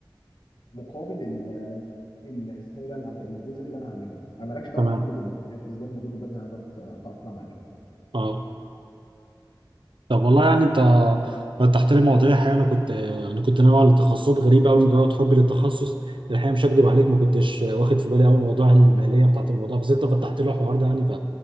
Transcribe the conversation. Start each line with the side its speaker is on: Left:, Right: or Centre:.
Left: مقابل ال ال- اسمه ايه ده العم- الجزء اللي انا هعمله انا مالكش دعوه
Right: تمام
Left: بالمجهود البدني أنا بالنسبه لي المجهود البدني انا بتاقلم عليه
Right: اه طب والله يعني انت فتحت لي مواضيع الحقيقه انا كنت انا كنت ناوي على تخصصات غريبه قوي مجرد حبي للتخصص الحقيقه مش هكدب عليك ما كنتش واخد في بالي قوي موضوع الماليه بتاعت الموضوع بس انت فتحت لي الحوار ده يعني ف...